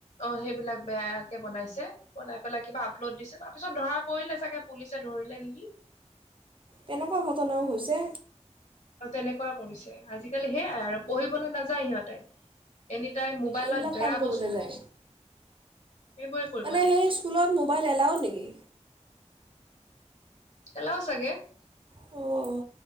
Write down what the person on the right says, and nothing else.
তেনেকুৱা ঘটনাও হৈছে।
এইবিলাক
কাম কৰিবলৈ
যায়
মানে
সেই স্কুলত মোবাইল এলাও নেকি
অঁ